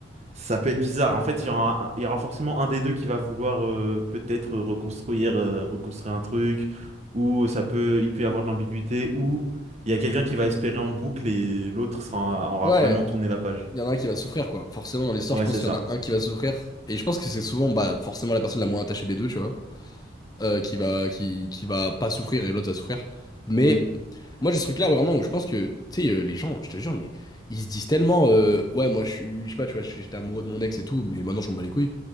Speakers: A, on the right; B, on the left.
A: Ça peut être bizarre. En fait, il y aura, un- il y aura forcément un des deux qui va vouloir euh, peut-être euh, reconstruire, euh, reconstruire un truc, ou ça peut, il peut y avoir de l'ambiguïté, ou il y a quelqu'un qui va espérer en boucle et l'autre sera- aura
B: Ouais,
A: vraiment tourné la page.
B: il y en a un qui va souffrir, quoi. Forcément, dans l'histoire,
A: Ouais,
B: je pense
A: c'est
B: qu'il
A: ça.
B: y en a un qui va souffrir. Et je pense que c'est souvent, bah, forcément, la personne la moins attachée des deux, tu vois. euh, qui va, qui, qui va pas souffrir et l'autre va souffrir. Mais
A: Oui.
B: moi, j'ai ce truc-là vraiment où je pense que, tu sais, euh, les gens, je te jure, mais ils se disent tellement, euh, ouais, moi, je suis, je sais pas, tu vois, je- j'étais amoureux de mon ex et tout, mais maintenant, je m'en bats les couilles.